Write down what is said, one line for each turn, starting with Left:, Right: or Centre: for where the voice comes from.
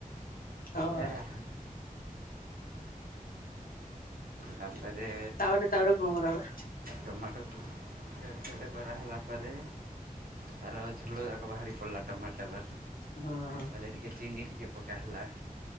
Left: ଆଉ
Right: ଇଆଡ଼େ
Left: ଆ।
Right: ତାପରେ
Left: ତାପରେ ତାପରେ କଣ କରାହେଲା?
Right: ଟମାଟୋକୁ ଛେଡ଼୍ ଛେଡ଼ କରାହେଲା ପରେ ତାର ଝୋଳ ଯାକ ବାହାରି ପଡିଲା। ଟମାଟର
Left: ହୁଁ
Right: ବୋଇଲେ ଟିକେ ଚିନି ଟିକେ ପକା ହେଲା।